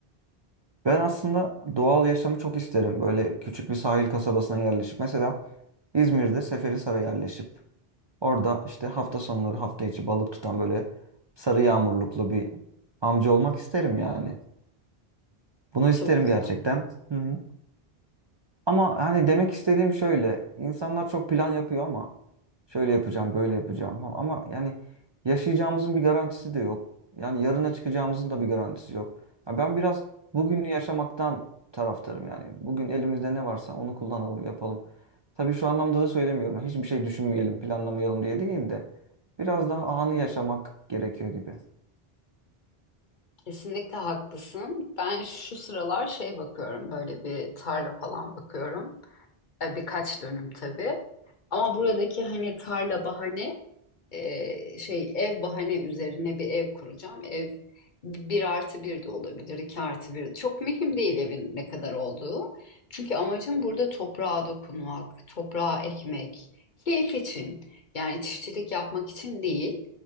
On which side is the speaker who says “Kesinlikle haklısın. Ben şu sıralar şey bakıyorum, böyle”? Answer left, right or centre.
Left